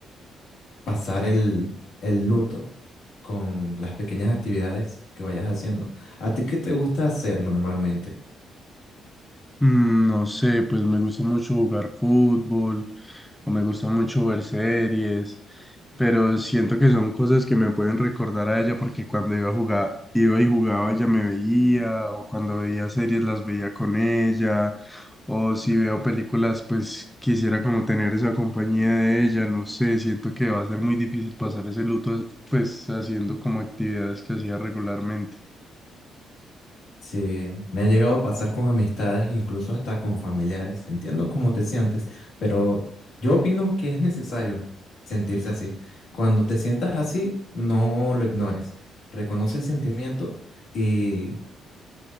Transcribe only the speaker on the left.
pasar el, el luto con las pequeñas actividades que vayas haciendo. ¿A ti qué te gusta hacer normalmente?
Sí, me ha llegado a pasar con amistades, incluso hasta con familiares. Entiendo cómo te sientes, pero yo opino que es necesario sentirse así. Cuando te sientas así, no lo ignores. Reconoce el sentimiento y